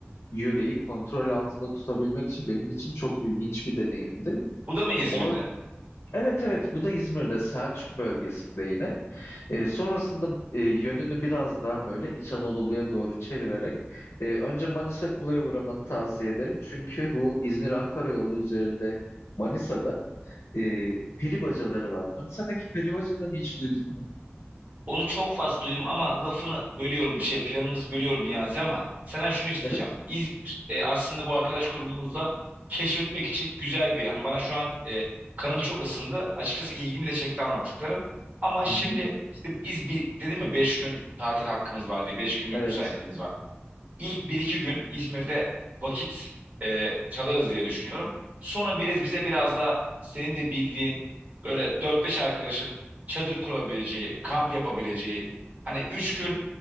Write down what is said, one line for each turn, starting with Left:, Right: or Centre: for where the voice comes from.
Left: yöreyi kontrol altında tutabilmek için benim için çok ilginç bir deneyimdi.
Right: Bu da mı İzmir'de?
Left: Or Evet evet bu da İzmir'de Selçuk bölgesinde yine. E, sonrasında e, yönünü biraz daha böyle İç Anadolu'ya doğru çevirerek e, önce Manisa Kula'ya uğramanı tavsiye ederim. Çünkü bu İzmir-Ankara yolu üzerinde Manisa'da e, peri bacaları var. Manisa'daki peri bacalarını hiç duydun mu?
Right: Onu çok fazla duydum ama lafını bölüyorum bir şey planımızı bölüyorum Niyazi ama senden şunu isteyeceğim.
Left: Evet.
Right: İzmir e, aslında bu arkadaş grubumuzla keşfetmek için güzel bir hani bana şu an e, kanım çok ısındı. Açıkçası ilgimi de çekti anlattıkların. Ama
Left: Hı
Right: şimdi
Left: hı.
Right: işte İzmir dedim ya 5 gün tatil hakkımız var diye beş günlük
Left: Evet.
Right: müsaitliğimiz var. İlk bir iki gün İzmir'de vakit e, çalarız diye düşünüyorum. Sonra biraz bize biraz da senin de bildiğin böyle dört beş arkadaşın çadır kurabileceği, kamp yapabileceği, hani 3 gün